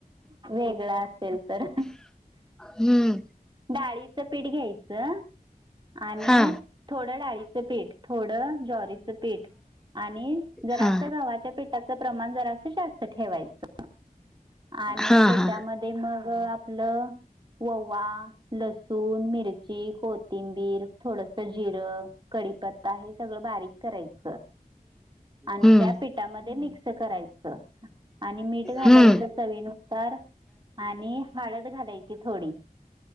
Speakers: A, on the right (about 30°); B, in the centre.
A: वेगळा असेल तर
B: हम्म
A: डाळीचं पीठ घ्यायचं आणि
B: हा
A: थोडं डाळीचं पीठ थोडं ज्वारीचं पीठ आणि जरास्त
B: हा
A: गवा्हाच्या पिठाचं प्रमाण जरासत जास्त ठेवायचं आणि
B: हा
A: त्याच्यामध्ये
B: हा
A: मग आपलं ववा लस ल सून मिरची कोथ कोथिंबीर थोडस जिरं कडीीपत्ता हे सगळं बारीक करायचं आणि
B: हम्म
A: त्या पिठामध्ये मिक्स करायचं आणि मीठ घालायचं
B: हम्म
A: चवीनुसार आणि हळद घालायची थोडी